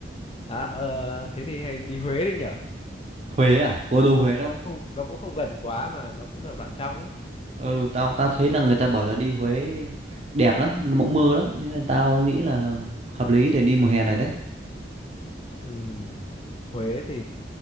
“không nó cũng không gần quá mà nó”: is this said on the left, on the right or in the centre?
Left